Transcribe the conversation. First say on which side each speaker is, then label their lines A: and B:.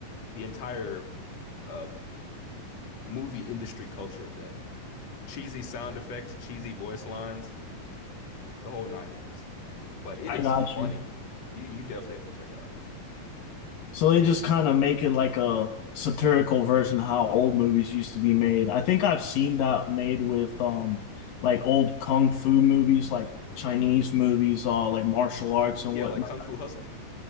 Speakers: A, on the left; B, on the left.
A: the entire uh movie industry culture of that. Cheesy sound effects, cheesy voice lines. the whole nine yards. But it
B: I
A: is
B: got
A: funny.
B: you.
A: You you definitely have to check it out.
B: So they just kind of make it like a satirical version of how old movies used to be made. I think I've seen that made with um like old kung fu movies, like Chinese movies, uh like martial arts and
A: Yeah,
B: whatnot.
A: like Kung Fu Hustle.